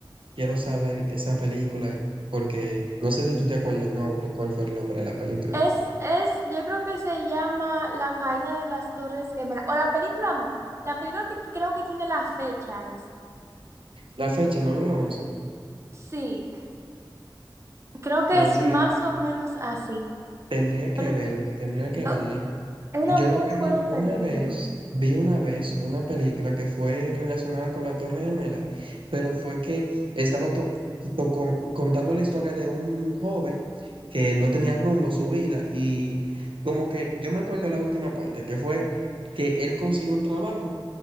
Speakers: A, on the right; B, on the right.
A: quiero saber esa película porque no sé si tú te acuerdas el nombre, cuál fue el nombre de la película.
B: Es, es, yo creo que se llama La caída de las Torres Gemelas. O la película no. La película que creo que tiene la fecha es.
A: La fecha, 9 once.
B: Sí, creo que
A: Sería,
B: es más o menos así.
A: tendría que
B: Pero
A: verla, tendría que verla.
B: oh, es una
A: Yo
B: muy
A: lo que vi
B: buena película.
A: una vez, vi una vez una película que fue relacionada con la Torre Gemela, pero fue que estaba to- to- con- contando la historia de un joven que no tenía rumbo a su vida y como que yo me acuerdo la última parte, que fue que él consiguió un trabajo